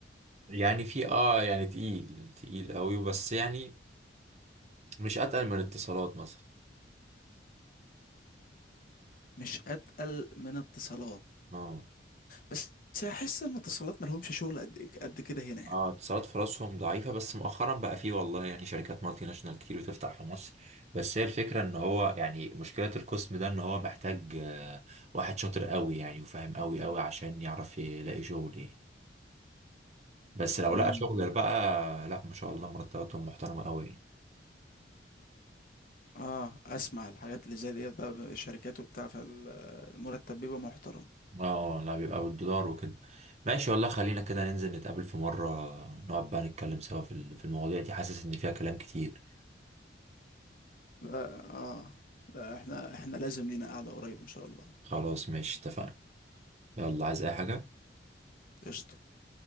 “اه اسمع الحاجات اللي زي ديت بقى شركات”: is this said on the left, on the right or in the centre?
Left